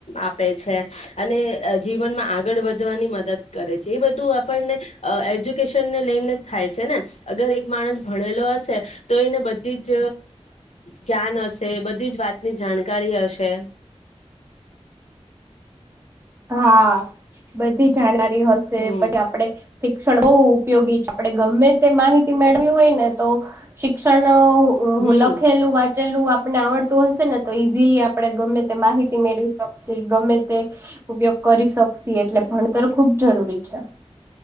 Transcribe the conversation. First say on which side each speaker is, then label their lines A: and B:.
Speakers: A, on the left; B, on the right.
A: આપે છે અને જીવનમાં આગળ વધ વધવાની મદદ કરે છે એ બધું આપણને એજ્યુકેશનને લઈને જ થાય છે ને અગર એક માણસ ભણેલો હશે તો એને બધી જ જ્ઞાન હશે બધી જ વાતની જાણકારી હશે
B: હા બધી જાણકારી હશે
A: હમ
B: પછી આપડે શિક્ષણ બહુ ઉપયોગી છે આપડ ગમે તે માહિતી મેળવી હોય ને તો શિક્ષણ
A: હમ
B: લખેલું વાત લું આપને આવડતું હશે ને તો ઈઝીલી આપણે ગમે તે માહિતી મેળવી શકએ ગમે તે ઉપયોગ કરી શકશ એટલે ભણતર ખુબ જરૂરી છે